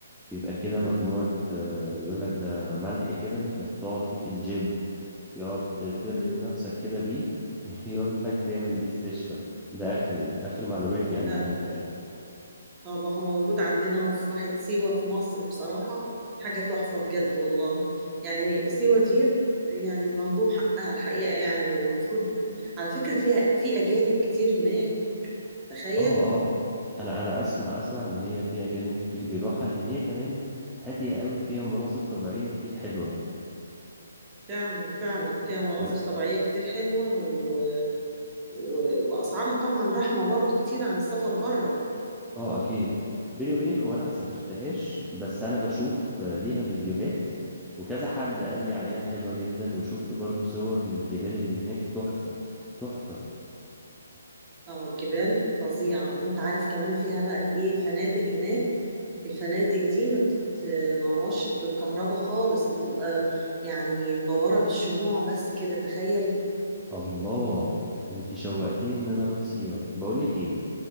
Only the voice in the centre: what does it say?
بيبقى كده مجموعة آه، يقولك ده ملح كده أنت بتقعد فيه في الجيم يقعد تردم
نفسك كده بيه <laughs> يقولك تعمل بيه استشفاء ده آخري آخر معلوماتي
عن الملح يعني
اه اه انا انا اسمع اسمع ان هي فيها جانب كتير بيروحها لان هي كمان هاديه قوي فيها مناظر طبيعيه كتير حلوه
انا
اه اكيد بيني وبينك هو انا ما سافرتهاش بس انا بشوف آه، ليها فيديوهات وكذا حد قال لي عليها حلوه جدا وشفت برضو صور للجبال اللي هناك تحفه تحفه
الله انت شوقتيني ان انا اروح سيوه بقول لك ايه